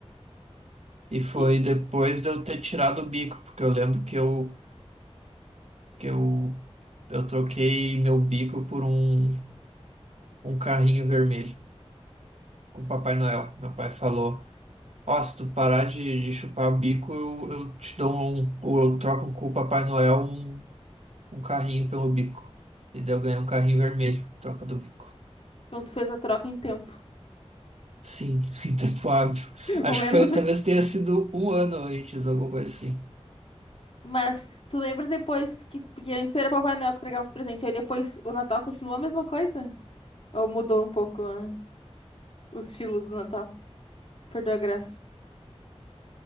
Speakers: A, on the right (about 75°); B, on the left (about 60°).
A: E foi
B: E...
A: depois de eu ter tirado o bico, porque eu lembro que eu, que eu, eu troquei meu bico por um, um carrinho vermelho com o Papai Noel. Meu pai falou: Ó, se tu parar de, de chupar o bico, eu, eu te dou um, ou eu troco com o Papai Noel um, um carrinho pelo bico. E daí eu ganhei um carrinho vermelho, troca do bico.
B: Então tu fez a troca em tempo.
A: Sim, <laughs> em tempo hábil.
B: <laughs>
A: Acho
B: Momentos.
A: que foi, talvez tenha sido um ano antes, alguma coisa assim.
B: Mas tu lembra depois que. Porque antes era Papai Noel que entregava o presente. Aí depois o Natal continuou a mesma coisa? Ou mudou um pouco, né, o estilo do Natal? Perdeu a graça.